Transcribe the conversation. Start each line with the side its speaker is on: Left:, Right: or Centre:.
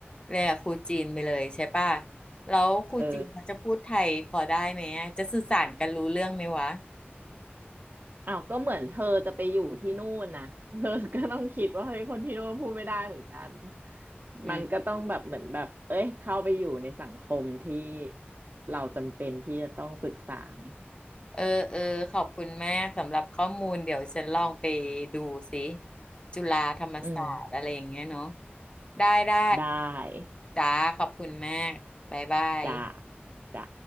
Left: เรียนกับครูจีนไปเลยใช่ป่ะแล้วครูจีนเขาจะพูดไทยพอได้ไหมอะจะสื่อสารกันรู้เรื่องไหมวะ
Right: เออ อ้าวก็เหมือนเธอจะไปอยู่ที่นู่นนะ <laughs> เธอก็ต้องคิดว่าเฮ้ยคนที่นู่นพูดไม่ได้เหมือนกัน
Left: อืม
Right: มันก็ต้องแบบเหมือนแบบเอ้ยเข้าไปอยู่ในสังคมที่เราจำเป็นที่จะต้องศึกษาไง
Left: เออเออขอบคุณมากสำหรับข้อมูลเดี๋ยวฉันลองไปดูสิจุฬาธรรมศาสตร์อะไรอย่างเงี้ยเนาะ
Right: อืม
Left: ได้ได้
Right: ได้
Left: จ้าขอบคุณมากบ๊ายบาย
Right: จ้ะจ้ะ